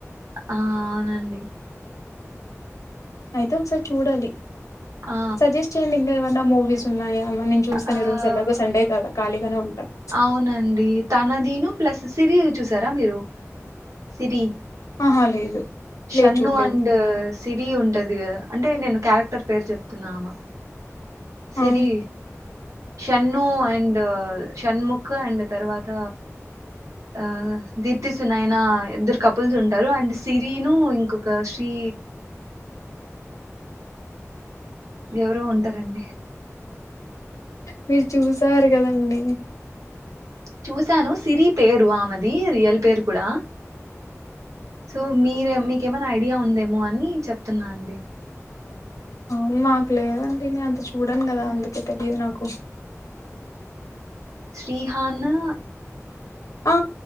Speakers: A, on the right (about 80°); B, on the left (about 90°).
A: ఆ అవునండి
B: అయితే ఒకసారి చూడాలి
A: ఆ
B: సజెస్ట్ చేయండి ఇంగా మూవీస్ ఉన్నాయా ఏమైనా నేను చూస్తాను.
A: ఆ
B: ఈ రోజు ఎల్లాగో సండే కదా ఖాళీగానే ఉంటాను.
A: అవునండి తనదీను ప్లస్ సిరి చూసారా మీరు సిరి
B: ఆహా లేదు
A: షన్ను
B: లేదు చూడలేదు
A: అండ్ సిరి ఉంటది కదా అంటే నేను క్యారెక్టర్ పేరు చెప్తున్న ఆమ సిరీ
B: ఆ హ్మ్.
A: షన్నూ అండ్ షణ్ముఖ్ అండ్ తర్వాత ఆ దీప్తి సునయన ఇద్దరు కపుల్స్ ఉంటారు అండ్ సిరిను ఇంకొక శ్రీ ఎవరో ఉంటరండి
B: మీరు చూసారు కదండీ
A: చూశాను సిరీ పేరు ఆమెది రియల్ పేరు కూడా సో మీర మీకేమైనా ఐడియా ఉందేమో అని చెప్తున్నా అండి
B: అవును మాక్లేదండి నేన్ అంత చూ చూడన్ కదా
A: ఆ
B: అందుకే తెలీదు నాకు
A: శ్రీహాను
B: ఆ